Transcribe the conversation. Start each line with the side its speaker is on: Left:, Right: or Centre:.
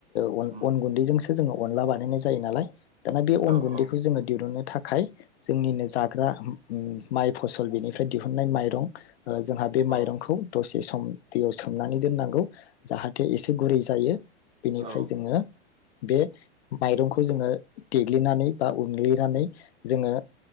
Left: ओ अन
Right: उम
Left: अन गुन्दैजोंसो जोङो अनला बानायनाय जायो नालाय दाना बे अन
Right: औ
Left: गुन्दैखौ
Right: औ
Left: जोङो दिरुननो थाखाय जोंनिनो जाग्रा उम माइ फसल बेनिफ्राय दिहुनन्नाय माइरं जोंहा बे माइरंखौ
Right: औ
Left: दसे सम दैयाव सोमनानै दोननांगौ जाहाथे एसे गुरै जायो बेनिफ्राय
Right: औ
Left: जोङो बे माइरंखौ जोङो देग्लिनानै बा उनग्लिनानै जोङो